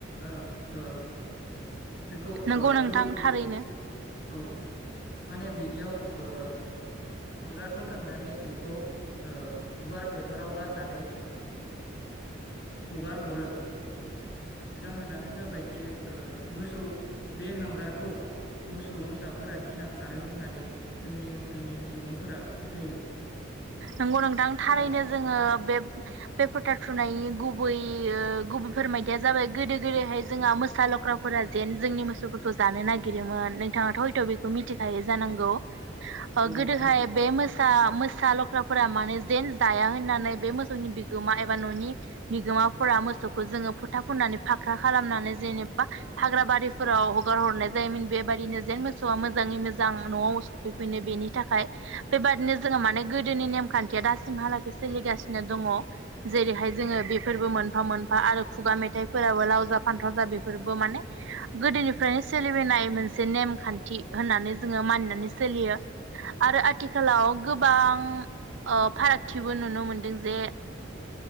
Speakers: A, on the left; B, on the right.
A: ओ ओ बेखौ
B: नंगौ
A: ओ
B: नोंथां
A: जि जि
B: थारैनो
A: औ माने बिनियाव ओ हांगार फोनखांनानै बेखौ ओ गुवार फोथाराव गारनानै हगार हरो जाहोनानो जाबाय जे ओ मोसौ बे हांगारखौ मोसौ मोसाफोरा गिना खारो होननानै जोंनि ओनसोलनि सुबुंफोरा फोथायो।
B: नंगौ नोंथां थारैनो
A: आरो
B: जोङो बे बे फोथार थुनायनि गुब बै गुबै फोरमायदिया जाबाय गोदो-गोदायहाय जोंहा मोसा लख्राफोरा जेन जोंनि मोसौफोरखौ जानो नागिरोमोन नोंथाङाथ' हयथ' बेखौ मिथिखायो जानांगौ। ओ
A: औ
B: गोदोहाय
A: नोंथां
B: बे म मोसा, लख्रा फोरा माने जेन जाया होननानै बे मोसौनि बिगोमा एबा न'नि बिगोमाफोरा मोसौखौ जोङो फोथा फुननानै फाख्रा खालामनानै जेनेबा हाग्रा बारिफोराव हगार हरनाय जायोमोन बेबायादिनो जेन मोसौआ मोजाङै मोजां न'आव सफैफिनो बेनि थाखाय बेबादिनो जोङो माने गो गोदोनि नेमखान्थिया दासिमहालागै सोलिगासिनो दङ जेरैहाय जोङो बेफोरबो मोनफा मोनफा आरो खुगा मेथाइफोराबो लावजा फान्थाव जा बेफोरबो माने गोदोनिफ्रायनो सोलिबोनाय मोनसे नेमखान्थि होननानै जोङो मानिनानै सोलियो आरो आथिखालाव गोबां आ फारागथिबो नुनो मोनदों जे